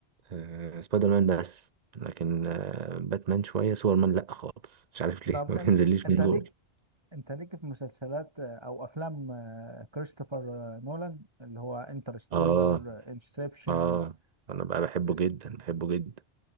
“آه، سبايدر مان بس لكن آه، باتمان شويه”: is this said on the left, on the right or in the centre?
Right